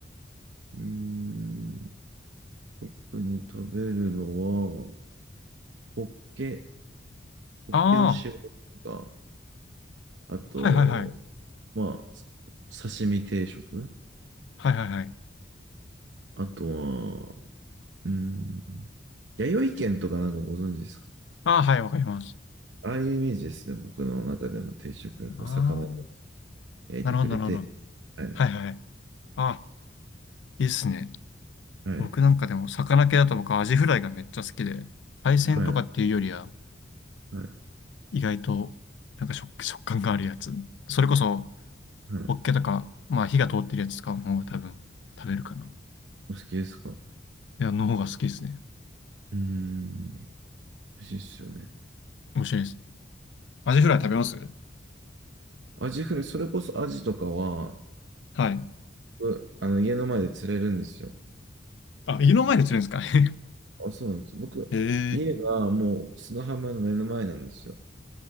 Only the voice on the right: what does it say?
うーん、特に食べるのは、ホッケ、ホッケの塩とか、
あと、
まあ、さ刺身定食、
あとは、うーん、弥生県とかなんかご存知ですか
ああいうイメージですね。僕の中での定食がこう魚で
焼いてくれて。
はい。
はい。
はい。はい。
はい。
お好きですかう
ーん。美味しいっすよね。
アジフライ、それこそアジとかは、
うあの、家の前で釣れるんですよ。
あ、そうなんです。僕、
家がもう砂浜の目の前なんですよ。